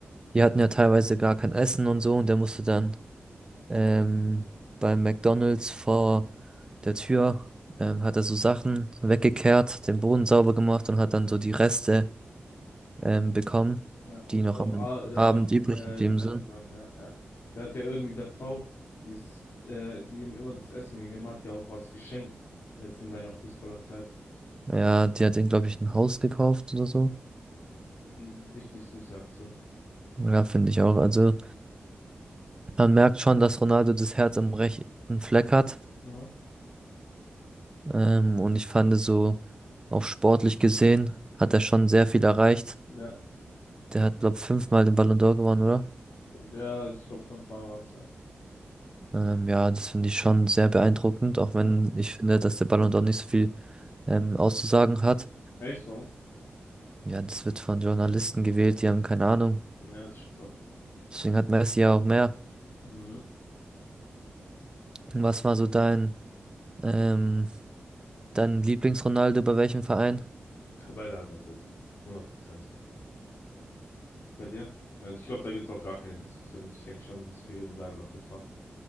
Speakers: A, on the right; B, on the left.
A: Die hatten ja teilweise gar kein Essen und so und der musste dann ähm, beim McDonald's vor der Tür, ähm, hat er so Sachen weggekehrt, den Boden sauber gemacht und hat dann so die Reste ähm, bekommen,
B: Ja, und
A: die noch
B: auch,
A: am
B: ah, ja,
A: Abend übrig geblieben
B: äh, genau,
A: sind.
B: genau, ja, ja. Da hat er irgendwie der Frau, dies äh, die ihm immer das Essen gegeben hat, ja auch was geschenkt, jetzt in seiner Fußballerzeit.
A: Ja, die hat den, glaube ich, ein Haus gekauft oder so.
B: Richtig süße Aktion.
A: Ja, finde ich auch. Also man merkt schon, dass Ronaldo das Herz am rechten Fleck hat.
B: Mhm.
A: Ähm, und ich fand so, auch sportlich gesehen, hat er schon sehr viel erreicht.
B: Ja.
A: Der hat, glaube ich, fünfmal den Ballon d'Or gewonnen, oder?
B: Ja, ich glaube, fünf Mal waren es ja.
A: Ähm, ja, das finde ich schon sehr beeindruckend, auch wenn
B: Hm?
A: ich finde, dass der Ballon d'Or nicht so viel ähm, auszusagen hat.
B: Echt, warum?
A: Ja, das wird von Journalisten gewählt, die haben keine Ahnung.
B: Ja, das stimmt auch.
A: Deswegen hat Messi ja auch mehr.
B: Mhm.
A: Was war so dein, ähm, dein Lieblings-Ronaldo bei welchem Verein?
B: Ja, bei Real Madrid. 100 Prozent. Bei dir? Also ich glaube, da gibt's auch gar keine Diskussion. Ich denke schon, dass es für jeden Real Madrid war.